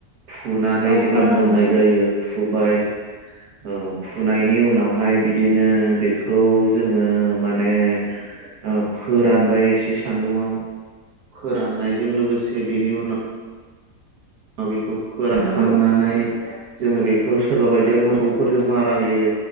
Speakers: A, on the right; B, on the right.
A: फुनानै
B: औ
A: जेब्ला
B: खोनादों
A: मोननाय
B: नोंथां
A: जायो फुबाय। औ फुनायनि उनावहाय बिदिनो बेखौ जोङो माने आ फोरानबाय एसे सान्दुं आव फोराननायजों लोगोसे बेनि उनाव। ओ बेखौ फोरानखांनानै
B: नंगौ
A: जोङो बेखौ सोरबा बायदिया मोसौफोरजों मारा। होयो